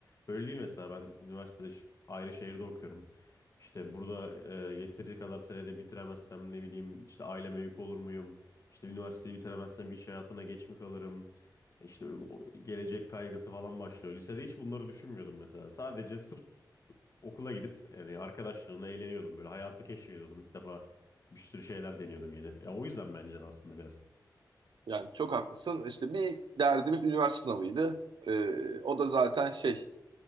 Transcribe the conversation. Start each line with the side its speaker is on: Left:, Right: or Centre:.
Left: böyle değil mesela. Ben üniversitede şi- ayrı şehirde okuyorum. İşte burada e, yeteri kadar senede bitiremezsem ne bileyim işte aileme yük olur muyum? İşte üniversiteyi bitiremezsem iş hayatına geç mi kalırım? İşte o gelecek kaygısı falan başlıyor. Lisede hiç bunları düşünmüyordum mesela. Sadece sırf okula gidip yani arkadaşlarımla eğleniyordum böyle. Hayatı keşfediyordum. İlk defa bir sürü şeyler deniyordum yeni. Ya o yüzden bence de aslında biraz.
Right: Yani çok haklısın. İşte bir derdimiz üniversite sınavıydı. Ee, o da zaten şey.